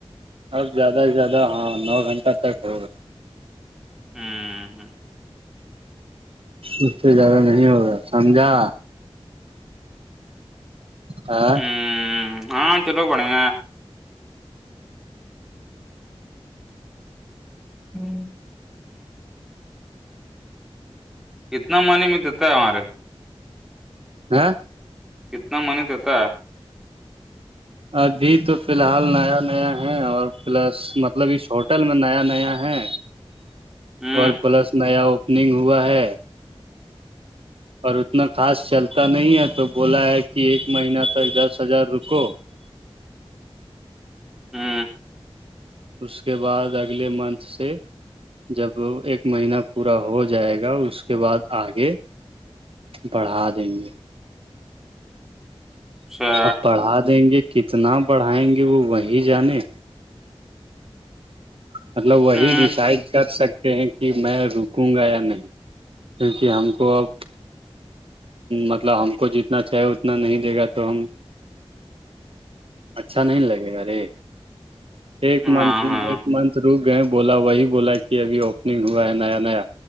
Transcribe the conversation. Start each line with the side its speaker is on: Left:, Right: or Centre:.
Right: اب زیادہ سے زیادہ ہاں نو گھنٹہ تک ہوگا
Centre: ہوں ہ
Right: اس سے زیادہ نہیں ہوگا سمجھا ہاں
Centre: ہ ہاں چلو پڑ گ ہوں اتنا مانی میں دیتا ہے ہمارے
Right: <inaudible>
Centre: کتنا منی تتا
Right: ابھی تو فی الحال نیا نیا ہے اور پلس مطلب اس ہوٹل میں نیا نیا ہے
Centre: ہ
Right: اور پلس نیا اوپننگ ہوا ہے اور اتنا خاص چلتا نہیں ہے تو بولا ہے کہ ایک مہینہ تک دس ہزار رکو
Centre: ہوں
Right: اس کے بعد اگلے منتھ سے جب ایک مہینہ پورا ہو جائے گا اس کے بعد آگے بڑھا دیں گے
Centre: اچھا
Right: اب پڑھا دیں گے کتنا پڑھائیں گے وہ وہیں جانے مطلب وہی
Centre: ہ
Right: ڈیسائڈ کر سکتے ہیں کہ میں رکوں گا یا نہیں کیونکہ ہم کو اب مطلب ہم کو جتنا چاہیے اتنا نہیں دے گا تو ہم اچھا نہیں لگے گا ارے ایک
Centre: ہاں
Right: منتھ
Centre: ہاں
Right: منتھ روک گئے بولا وہی بولا کہ ابھی اوپننگ ہوا ہے نیا نیا